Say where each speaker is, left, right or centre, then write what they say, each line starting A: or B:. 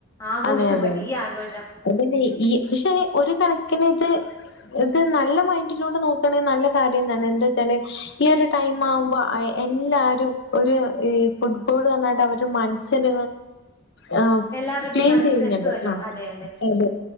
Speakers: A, on the left (about 15°); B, on the left (about 55°).
A: ആഘോഷം
B: അതെ അതെ
A: വലിയ ആഘോഷം
B: അതെന്യയ് ഈ പക്ഷെ ഒരു കണക്കിന് ഇത് ഇത് നല്ല മൈൻഡിലൂടെ നോക്കണേ നല്ല കാര്യംതന്നെ എന്താ വെച്ചാല് ഈ ഒരു ടൈം ആവുമ്പോ എല്ലാരും ഒരു ഈ ഫുട്ബോള്ന്ന് പറഞ്ഞാണ്ട് അവരുടെ മനസ്സിൽ ആ
A: എല്ലാവരുടെയും
B: ക്ലീൻ
A: മനസ്സിലെത്തുവല്ലോ
B: ചെയ്യുന്നുണ്ട് ആ
A: അതെ
B: അതെ